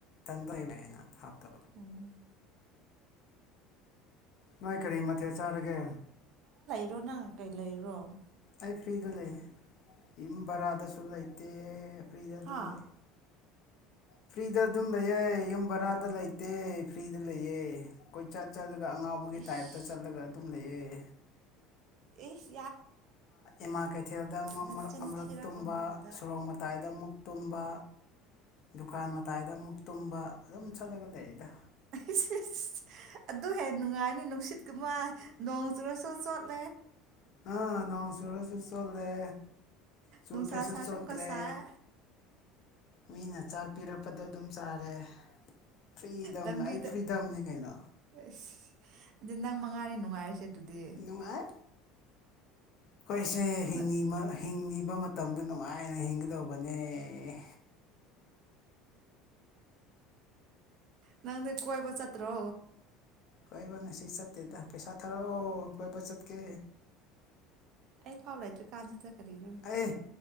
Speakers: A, on the left (about 45°); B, on the right (about 50°).
A: ꯇꯟꯣ ꯏꯕꯒꯦꯅ ꯍꯥ ꯇ
B: ꯑꯣ
A: ꯅꯣꯏ ꯀꯔꯤ ꯃꯊꯦꯜ ꯆꯥꯔꯒꯦ
B: ꯗꯣ ꯅꯪ ꯀꯩ ꯂꯩꯔꯣ
A: ꯑꯩ ꯐ꯭ꯔꯤꯗ ꯂꯩ ꯌꯨꯝ ꯕꯔꯥꯗꯁꯨ ꯂꯩꯇꯦ ꯔꯤꯝ
B: ꯍꯥ
A: ꯂꯩ ꯐꯔꯤꯗ ꯑꯗꯨꯝ ꯌꯨꯝ ꯕ ꯂꯩꯇꯦ ꯐꯗ ꯂꯩ ꯀꯣꯏ ꯆ ꯆ ꯑꯗꯨꯒ ꯑꯉꯥꯎꯕꯒꯤ
B: ꯏꯁ
A: ꯇꯥꯏꯞꯇ ꯆꯠꯂꯒ ꯑꯗꯨꯨꯝ ꯂꯩ
B: ꯑꯦ
A: ꯏꯃꯥ ꯀꯩꯊꯦꯜꯗ
B: ꯅꯆꯤꯟ
A: ꯑꯃꯨꯔꯛ
B: ꯊꯤꯔꯛꯀꯅꯨ
A: ꯇꯨꯝꯕ
B: ꯑꯗꯨꯗ
A: ꯁꯣꯔꯣꯛ ꯃꯇꯥꯏꯗ ꯑꯃꯨꯛ ꯇꯨꯝꯕ ꯗꯨꯀꯥꯟ ꯃꯇꯥꯏꯗ ꯑꯃꯨꯛ ꯇꯨꯝꯕ ꯑꯗꯨꯝ ꯆꯠꯂꯒ ꯂꯩꯌꯦꯗ
B: ꯑꯩꯁ ꯑꯗꯨ ꯍꯦ ꯅꯨꯡꯉꯥꯏꯅꯤ ꯅꯨꯡꯁꯤꯠꯀꯨꯝꯕ ꯅꯣꯡ ꯆꯨꯔ ꯆ ꯆꯣꯠꯂ
A: ꯑ ꯅꯣꯡ ꯆꯨꯔꯁꯨ ꯆꯣꯠꯂꯦ ꯆꯨꯗ꯭ꯔꯁꯨ
B: ꯅꯨꯡꯁꯥ ꯁꯥꯔꯁꯨ
A: ꯆꯣꯠꯇ꯭ꯔꯦ
B: ꯑꯃꯨꯛꯀ ꯁꯥꯏ
A: ꯃꯤꯅ ꯆꯥꯛ꯫ ꯄꯤꯔꯛꯄꯗꯣ ꯑꯗꯨꯝ ꯆꯥꯔꯦ꯫ ꯐ꯭ꯔꯤꯗꯝꯅ
B: ꯂꯝꯕꯤꯗ
A: ꯑꯩ ꯐ꯭ꯔꯤꯗꯝꯅꯤ ꯀꯩꯅꯣ
B: <inaudible> ꯑꯗꯨ ꯅꯪ ꯃꯉꯥꯏꯔꯦ ꯅꯨꯡꯉꯥꯏꯔꯤꯁꯦ ꯑꯗꯨꯗꯤ꯫
A: ꯅꯨꯡꯉꯥꯏ ꯑꯩꯈꯣꯏꯁꯦ ꯍꯤꯡꯉꯃ
B: ꯅꯪ
A: ꯍꯤꯡꯉꯤꯕ ꯃꯇꯝꯗ ꯅꯨꯡꯉꯥꯏꯅ ꯍꯤꯡꯒꯗꯧꯕꯅꯦ꯫
B: ꯅꯪꯗꯤ ꯀꯣꯏꯕ ꯆꯠꯇ꯭ꯔꯣ꯫
A: ꯀꯣꯏꯕ ꯉꯁꯤ ꯆꯠꯇꯦꯗ ꯄꯩꯁꯥ ꯊꯥꯔꯛꯑꯣ ꯀꯣꯏꯕ ꯆꯠꯀꯦ
B: ꯑꯩ ꯐꯥꯎꯕ ꯂꯩꯇ꯭ꯔꯤ ꯀꯥꯟꯁꯤꯗ ꯀꯔꯤꯒꯤꯔꯣ꯫
A: ꯑꯦ